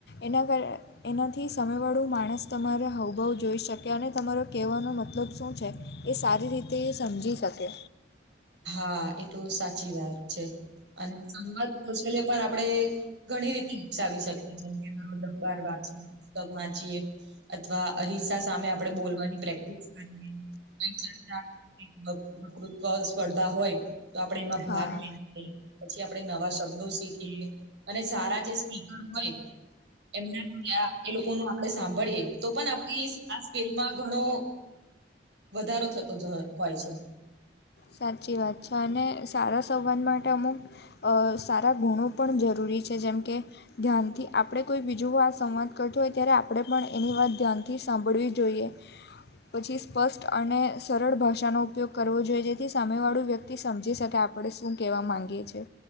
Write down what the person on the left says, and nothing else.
એના કર એનાથી સામેવાળું માણસ તમારા હાઉભાઉ જોઈ શક કે અને તમારો કેહવાનો મતલબ શું છે, એ સારી રીતે એ સમજી શકે.
હા
સાચી વાત છે, અને સારા સંવાદ માટે અમુક અ સારા ગુણો પણ જરૂરી છે, જેમ કે ધ્યાનથી આપણે કોઈ બીજું આ સંવાદ કરતો હોય ત્યારે આપણે પણ એની વાત ધ્યાન થી સાંભળવી જોઈએ. પછી સ્પષ્ટ અને સરળ ભાષાનો ઉપયોગ કરવો જોઈએ, જે થી સામેવાળું વ્યક્તિ સમજી શકે, આપણે શું કહેવા માંગીએ છીએ.